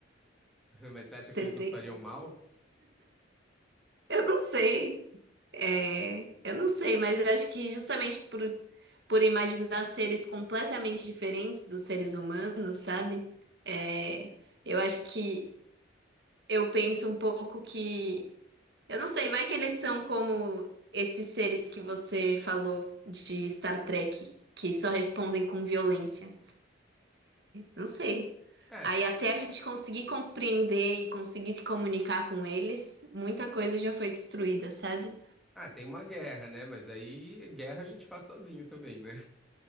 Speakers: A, in the centre; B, on the right.
A: <laughs> Mas você acha
B: Você
A: que eles nos
B: tem?
A: fariam mal?
B: Eu não sei. É, eu não sei, mas eu acho que justamente por, por imaginar seres completamente diferentes dos seres humanos, sabe? É, eu acho que eu penso um pouco que, eu não sei, vai que eles são como esses seres que você falou de Star Trek, que só respondem com violência. Não sei.
A: É.
B: Aí até a gente conseguir compreender e conseguir se comunicar com eles, muita coisa já foi destruída, sabe?
A: Ah, tem uma guerra, né? Mas aí guerra a gente faz sozinho também, né?